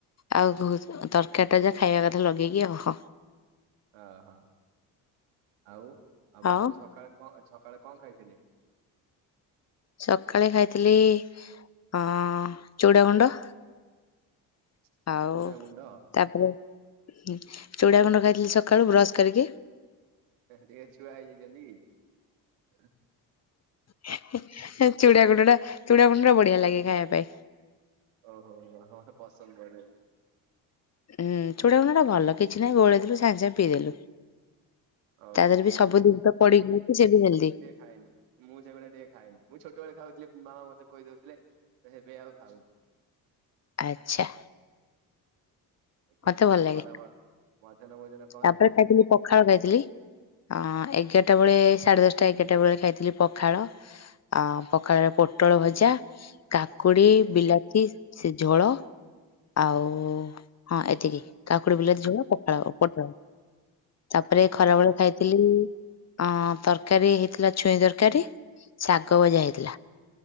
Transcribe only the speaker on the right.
ଓହୋ ଆଉ ଆପଣ
ଆଜି ସକାଳେ କ ସକାଳେ କଣ ଖାଇଥିଲେ?
<inaudible>
ଗୁଣ୍ଡ
ଏ ହେ ଟିକେ ଛୁଆ ହେଇଯାଇଚନ୍ତି କି?
ଓହୋ ହଁ ପସନ୍ଦ ବୋଧେ।
ଓହୋ
ଖାଇନି ମୁଁ ସେଗୁରା ଟିକେ ଖାଏନି ମୁଁ ଛୋଟବେଳେ ଖାଉଥିଲି ମାମା ମତେ ଖୋଇ ଦୋଉଥିଲେ ହେଇତି ପାଇଁ ଆଉ ଖାଉନି।
ଆଜ୍ଞା
ଆଉ
ଖରାବ ମଧ୍ୟାହ୍ନ ଭୋଜନ କଣ
ହେଇଥିଲା?
ଆଜ୍ଞା
ଆଜ୍ଞା
ଆଜ୍ଞା